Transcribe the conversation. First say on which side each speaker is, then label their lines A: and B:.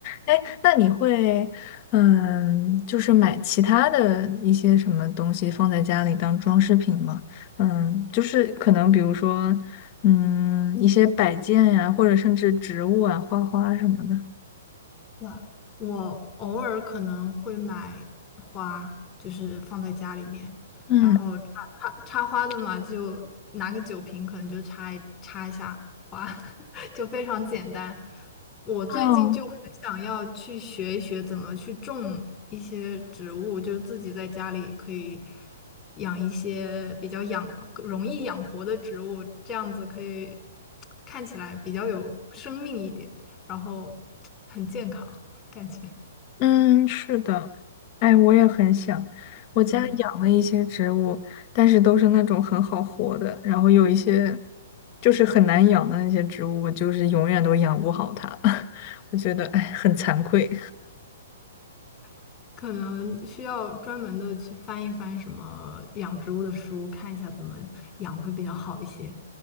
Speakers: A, on the left; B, on the left.
A: 哎，那你会，嗯，就是买其他的一些什么东西放在家里当装饰品吗？嗯，就是可能比如说，嗯，一些摆件呀，或者甚至植物啊、花花什么的。
B: 哇，我偶尔可能会买花，就是放在家里面，
A: 嗯，
B: 然后插插插花的嘛，就拿个酒瓶，可能就插一插一下，哇，<laughs> 就非常简单。我最近就很想要去学一学怎么去种一些植物，
A: 哦，
B: 就是自己在家里可以养一些比较养，容易养活的植物，这样子可以看起来比较有生命一点，然后很健康，感觉。
A: 嗯，是的，哎，我也很想。我家养了一些植物，
B: 嗯，
A: 但是都是那种很好活的，然后有一些就是很难养的那些植物，我就是永远都养不好它。<laughs> 我觉得，哎，很惭愧。
B: <laughs> 可能需要专门的去翻一翻什么养植物的书，看一下怎么养会比较好一些。